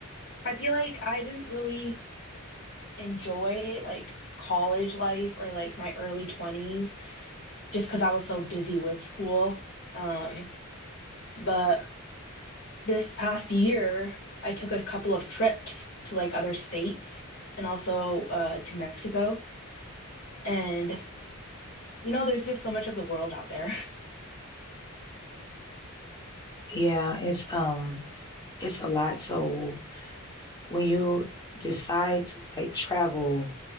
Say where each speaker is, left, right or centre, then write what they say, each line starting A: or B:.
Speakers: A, on the left; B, on the left.
A: I feel like I didn't really enjoy like college life or like my early 20s just because I was so busy with school. Um, but this past year, I took a couple of trips to like other states and also uh, to Mexico, and you know, there's just so much of the world out there. <laughs>
B: Yeah, it's um it's a lot. So when you decide to like travel